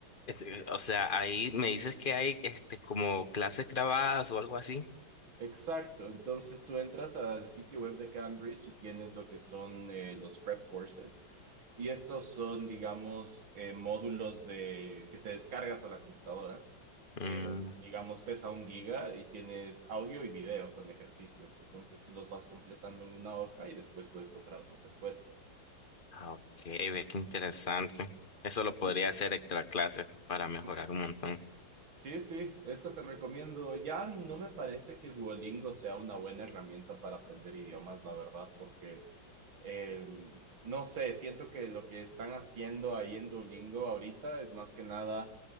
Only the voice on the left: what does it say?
Este, o sea, ahí me dices que hay este como clases grabadas o algo así.
Mm,
ah, ok, ve qué interesante. Eso lo podría
hacer extra clases para mejorar
un montón.